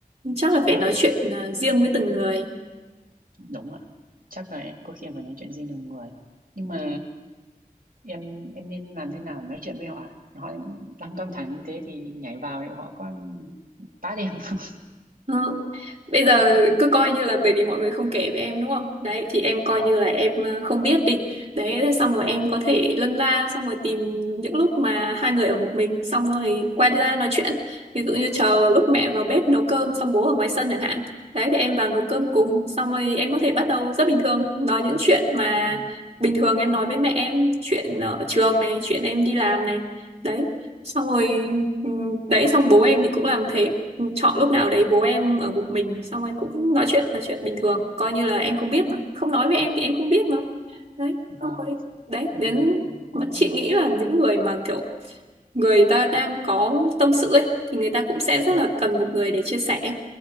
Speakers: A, on the right (about 45°); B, on the right (about 65°).
A: chắc là phải
B: và
A: nói chuyện ờ, riêng với từng người
B: đúng ạ chắc là em- có khi em phải nói chuyện riêng nhiều người nhưng mà em em nên làm thế nào để nói chuyện với họ ạ? họ đang căng thẳng như thế thì nhảy vào thì họ có tát em không
A: Ờ. Bây giờ cứ coi như là bởi vì mọi người không kể với em đúng không? Đấy thì em coi
B: <laughs> vâng
A: như là em ờ, không biết đi. Đấy thế xong rồi
B: vâng
A: em có thể lân la xong rồi tìm những lúc mà hai người ở một mình xong rồi quay ra nói chuyện. Ví dụ như chờ lúc mẹ vào bếp nấu cơm xong bố ở ngoài sân chẳng hạn. Đấy thì em vào nấu cơm cùng xong rồi em có thể bắt đầu rất bình thường nói những chuyện mà
B: ờ,
A: bình thường em nói với mẹ em chuyện ở trường này, chuyện em đi làm này. Đấy. Xong rồi Ừ, Đấy xong bố em thì cũng làm thế Ừ, chọn lúc nào đấy bố em ở một mình xong rồi cũng nói chuyện nói chuyện bình thường coi như là em không biết mà không nói với em thì em không biết mà đấy
B: vâng
A: xong rồi đấy
B: ừ,
A: đến
B: ừ,
A: mà
B: cũng
A: chị nghĩ là những người mà kiểu người ta đang có tâm sự ấy thì người ta cũng sẽ rất
B: vâng
A: là cần một người để chia sẻ